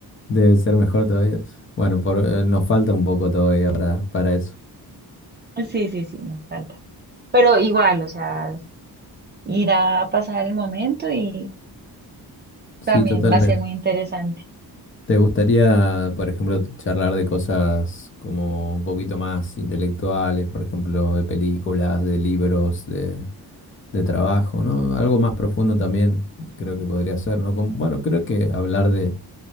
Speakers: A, on the left (about 30°); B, on the right (about 25°).
A: Debe ser mejor todavía. Bueno, por, eh, nos falta un poco todavía para, para eso.
B: Sí, sí, sí, nos falta. Pero igual, o sea, irá a pasar el momento y
A: Sí,
B: también
A: totalmente.
B: va a ser muy interesante.
A: ¿Te gustaría, por ejemplo, charlar de cosas como un poquito más intelectuales, por ejemplo, de películas, de libros, de... de trabajo, ¿no? Algo más profundo también creo que podría ser, ¿no? Como- bueno, creo que hablar de,